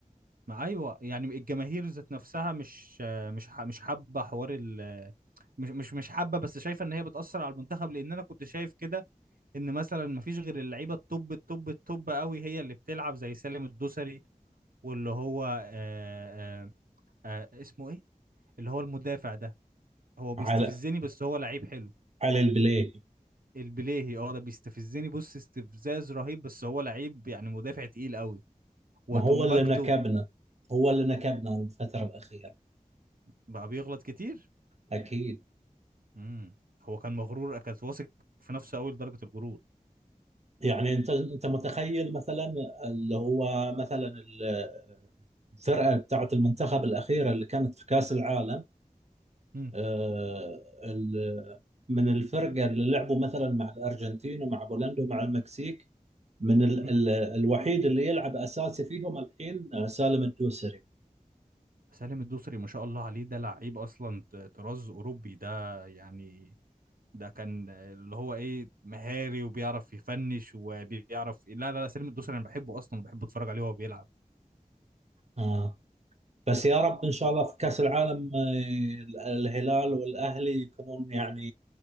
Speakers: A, on the right; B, on the right.
A: ما ايوه يعني الجماهير ذات نفسها مش آه، مش ح- مش حابة حوار ال مش مش مش حابة بس شايفة ان هي بتأثر على المنتخب لان انا كنت شايف كده ان مثلا مفيش غير اللعيبه التوب التوب التوب قوي هي اللي بتلعب زي سالم الدوسري واللي هو آه آه آه اسمه ايه اللي هو المدافع ده هو بيستفزني
B: على
A: بس هو لعيب حلو
B: على البلاي
A: البليهي اه ده بيستفزني بص استفزاز رهيب بس هو لعيب يعني مدافع تقيل قوي وتومباكتو
B: ما هو اللي نكبنا هو اللي نكبنا الفتره الاخيره
A: بقى بيغلط كتير
B: اكيد
A: امم هو كان مغرور كان واثق في نفسه قوي لدرجه الغرور
B: يعني انت انت متخيل مثلا اللي هو مثلا ال- الفرقه بتاعت المنتخب الاخيره اللي كانت في كاس العالم
A: امم
B: آه، ال- من الفرقه اللي لعبوا مثلا مع الارجنتين ومع بولندا ومع المكسيك من ال
A: امم
B: ال الوحيد اللي يلعب اساسي فيهم الحين آه، سالم الدوسري
A: سالم الدوسري ما شاء الله عليه ده لعيب اصلا ط- طراز اوروبي ده يعني ده كان اللي هو ايه مهاري وبيعرف يفنش وبيعرف إيه. لا لا لا سليم الدوسري انا بحبه اصلا وبحب اتفرج عليه وهو بيلعب
B: آه، بس يا رب ان شاء الله في كاس العالم آه، الهلال والاهلي يكونون يعني